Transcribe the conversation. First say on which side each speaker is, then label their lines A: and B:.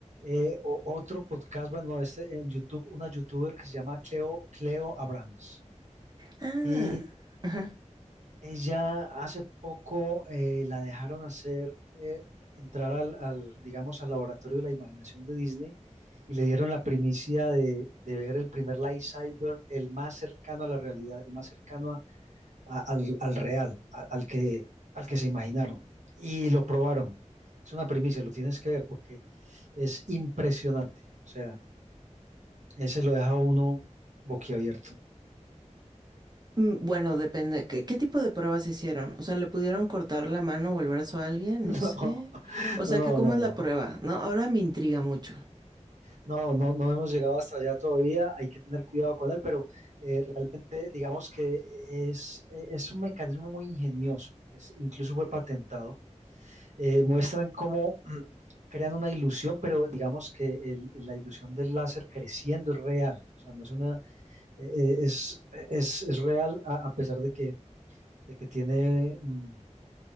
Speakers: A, on the right (about 70°); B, on the right (about 35°).
A: eh, o- otro podcast, bueno, este en YouTube, una youtuber que se llama Cleo, Cleo Abrams.
B: Ah,
A: Y
B: ajá.
A: ella hace poco eh, la dejaron hacer, eh, entrar al, al, digamos, al laboratorio de la imaginación de Disney y le dieron la primicia de, de ver el primer Light Cyber, el más cercano a la realidad, el más cercano a- a- al, al real, a- al que, al que se imaginaron. Y lo probaron. Es una primicia, lo tienes que ver porque es impresionante. O sea, ese lo deja uno boquiabierto.
B: Mm, Bueno, depende. ¿Qué, qué tipo de pruebas hicieron? O sea, ¿le pudieron cortar la mano o el brazo a alguien?
A: <laughs>
B: No sé.
A: No, no,
B: O sea,
A: no,
B: que cómo
A: no,
B: es
A: no,
B: la prueba, ¿no? Ahora me intriga mucho.
A: no, no no hemos llegado hasta allá todavía, hay que tener cuidado con él, pero eh, realmente digamos que es, es un mecanismo muy ingenioso, es, incluso fue patentado eh, muestran cómo mm, crean una ilusión, pero digamos que el- la ilusión del láser creciendo es real, o sea, no es una, eh, eh, es, es, es real a, a pesar de que, de que tiene, mm,